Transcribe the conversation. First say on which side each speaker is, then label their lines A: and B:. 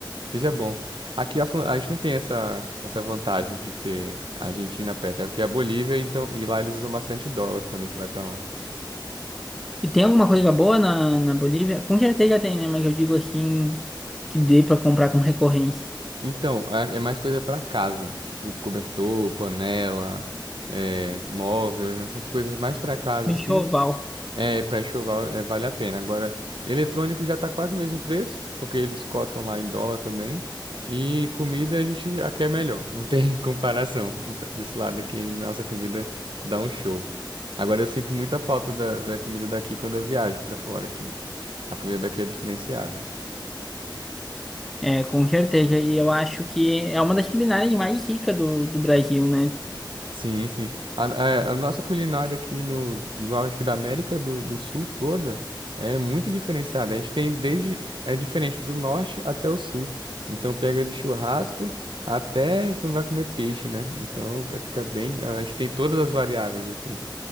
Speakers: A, on the right; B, in the centre.
A: seja bom. Aqui a, Flo- a gente não tem essa, essa vantagem de ter a Argentina perto. É porque a Bolívia, então, e lá eles usam bastante dólar quando a gente vai pra lá.
B: E tem alguma coisa boa na, na Bolívia? Com certeza tem, né? Mas eu digo assim, que dê pra comprar com recorrência.
A: Então, a- é mais coisa pra casa. Tipo, cobertor, panela, é, móvel, essas coisas mais pra casa,
B: Um
A: assim.
B: Enxoval.
A: É, pré-chuval é, vale a pena. Agora, eletrônico já tá quase o mesmo preço, porque eles cotam lá em dólar também. E comida a gente aqui é melhor, não tem <laughs> comparação. Desse lado aqui, nossa comida dá um show. Agora eu sinto muita falta da, da comida daqui quando eu viajo pra fora aqui. A comida daqui é diferenciada.
B: É, com certeza. E eu acho que é uma das culinárias mais ricas do, do Brasil, né?
A: Sim, sim. A, a- a nossa culinária aqui no, do, acho que da América do, do Sul toda é muito diferenciada. A gente tem desde, é diferente do norte até o sul. Então pega de churrasco até quando vai comer peixe, né? Então é- fica bem, a gente tem todas as variáveis aqui.